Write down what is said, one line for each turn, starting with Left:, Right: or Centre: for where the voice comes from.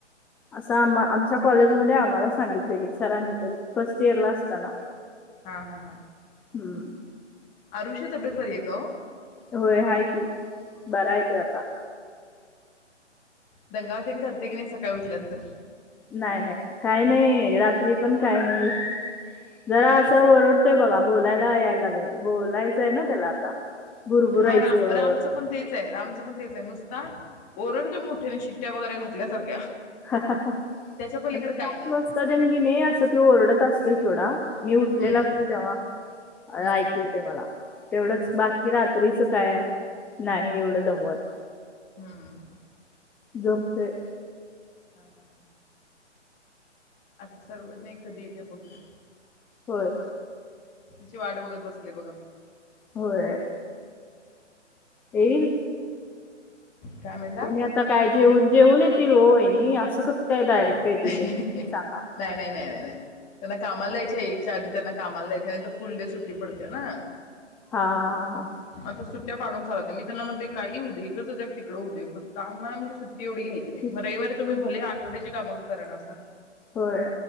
Centre: असं आ आमच्या कॉलेज मध्ये आम्हाला सांगितलेली सरांनी तरी फर्स्ट इयरला असताना.
Left: हा हा हा
Centre: हुं
Left: अरुषच तब्येत बरी आहे का ओ?
Centre: होय हाय की बराय त्यो आता
Left: दंगा व तेन करते की नाय सकाळी उठल्यानंतर
Centre: नाही नाही काही नाही रात्री पण काही नाही जरा असं ओरडतोय बघा बोलायला यायला लागलंय बोलायचंय ना त्याला आता बुरबुरायचं
Left: हा राम रामचं पण तेच आहे रामचं पण तेच आहे नुस आता ओरडतोय मोठ्याने शिट्ट्या वगैरे घातल्यासारख्या
Centre: म्हणजे,
Left: त्याच्या पलीकडे काय
Centre: पाच
Left: नाही.
Centre: वाजता कणी असं तो ओरडत असतोय सोडा. मी उठलेला
Left: हम्म.
Centre: असतो, तेव्हा
Left: हम्म
Centre: ऐकू येतंय मला. तेवढंच बाकी रात्रीच काय, नाही एवढं दमवत.
Left: हम.
Centre: जोपतोय.
Left: <unintelligible> आता सर्वज्ञ एक, कधी येत्या बघूया.
Centre: होय.
Left: तिची वाट बघत बसली बघा मी.
Centre: होय. येईन
Left: काय म्हणला?
Centre: तुम्ही आता काय जेवन, जेवून येत येतील ओ वाहिनी असं कस ते डायरेक्ट येतील
Left: नाही
Centre: <unintelligible> सांगा.
Left: नाही नाही नाही नाही. त्यांना कामाला जायचे. एकच्या आधी त्यांना कामाला जायचंय नाही तर, फुल डे सुट्टी पडते ना.
Centre: हा हा.
Left: मग आता सुट्ट्या पाडून चालत नाही, मी त्यांना म्हणते, काही ही होउ दे एकच जग तिकडं होऊ दे पण, कामाला म्हणजे सू तेवढी घ्यायची नाही,
Centre: ठीक
Left: म
Centre: आहे.
Left: रविवारी तुम्ही भले छोटीशी का मग. कारणासा.
Centre: होय.